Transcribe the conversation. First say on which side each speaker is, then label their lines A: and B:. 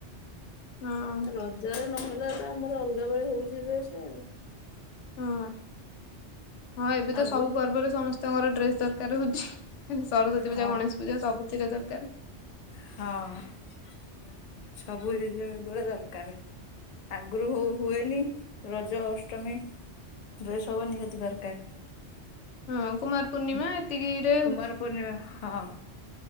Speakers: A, on the left (about 80°); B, on the left (about 50°).
A: ହଁ
B: ରଜରେ ନହେଲେ ତ ଆମର ଅଲଗା ବେଳେ ହଉଛି ଡ୍ରେସ୍ ଆଉ।
A: ହଁ ହଁ ଏବେ ତ
B: ଆଗରୁ
A: ସବୁପର୍ବରେ ସମସ୍ତଙ୍କର ଡ୍ରେସ୍ ଦରକାର ହ ସରସ୍ଵତୀ
B: ହଁ
A: ପୂଜା ଗଣେଷ ପୂଜା ସବୁଥିରେ ଦର
B: ହଁ ସବୁ <unintelligible> ଦରକାର ଆଗ୍ରହ ହୁଏନି ରଜ ଅଷ୍ଟମୀ? ଡ୍ରେସ୍ ହବା ନିହାତି ଦରକାର।
A: ହଁ କୁମାର ପୂର୍ଣ୍ଣିମା ଏତିକିରେ
B: କୁମାର ପୂର୍ଣ୍ଣିମା ହଁ।